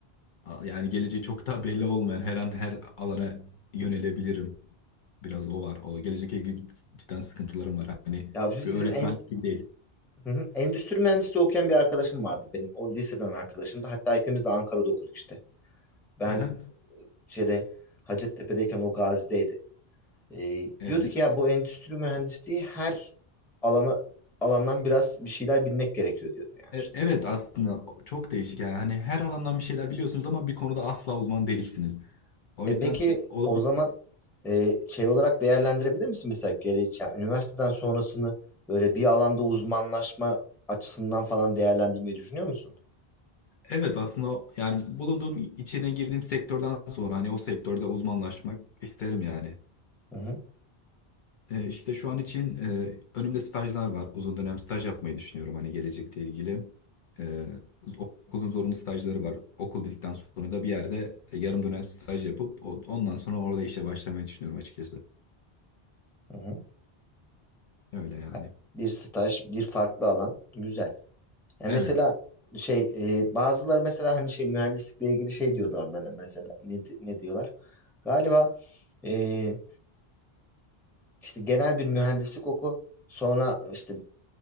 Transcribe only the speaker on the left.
A- Yani geleceği çok daha belli olmayan her an her alana yönelebilirim. Biraz o var. O gelecekle ilgili cidden sıkıntılarım var. Hani
bir
öğretmen
gibi değil.
Aha,
evet.
E-
Evet aslında çok değişik yani. Hani her alandan bir şeyler biliyorsunuz ama bir konuda asla uzman değilsiniz. O
yüzden
olabilir.
Evet aslında yani bulunduğum içine girdiğim sektörden sonra hani o sektörde uzmanlaşmak isterim yani.
Ee, işte şu an için e, önümde stajlar var. Uzun dönem staj yapmayı düşünüyorum hani gelecekle ilgili. Ee, okulun zorunlu stajları var. Okul bittikten sonra da bir yerde e, yarım dönem staj yapıp o- ondan sonra orada işe başlamayı düşünüyorum açıkçası.
Öyle yani.
Evet.